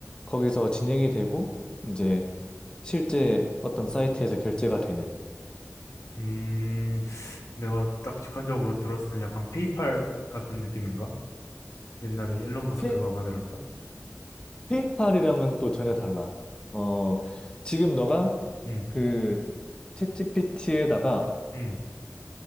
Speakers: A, on the left; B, on the left.
A: 거기서 진행이 되고 이제 실제 어떤 사이트에서 결제가 되는
B: 음, 내가 딱 직관적으로 들었을 땐 약간 페이팔 같은 느낌인가? 옛날에 일론 머스크가
A: 페,
B: 만들었다?
A: 페이팔이랑은 또 전혀 달라. 어, 지금 너가
B: 음,
A: 그 챗GPT에다가
B: 음,